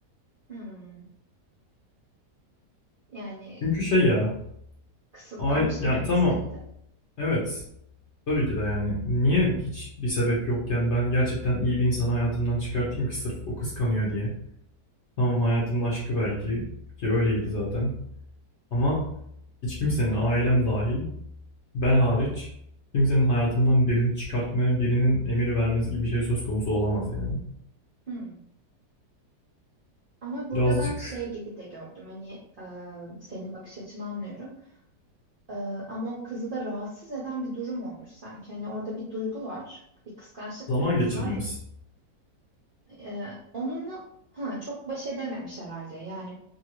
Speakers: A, on the right (about 55°); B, on the left (about 55°).
A: hmm. Yani
B: Çünkü şey ya,
A: kısıtlanmış
B: ay yani
A: gibi mi
B: tamam
A: hissetti?
B: Evet. Tabii ki de yani. Niye hiç bir sebep yokken ben gerçekten iyi bir insanı hayatımdan çıkartayım ki sırf o kıskanıyor diye. Tamam hayatımın aşkı belki ki öyleydi zaten. Ama hiç kimsenin ailem dahil ben hariç kimsenin hayatımdan birini çıkartmaya birinin emir vermesi gibi bir şey söz konusu olamaz yani.
A: Hmm. Ama burada
B: Birazcık
A: ben şey gibi de gördüm hani e, senin bakış açını anlıyorum E, ama o kızı da rahatsız eden bir durum olmuş sanki hani orada bir duygu var bir kıskançlık
B: zaman
A: duygusu
B: geçirmemiz.
A: var E, onunla ha, çok baş edememiş herhalde yani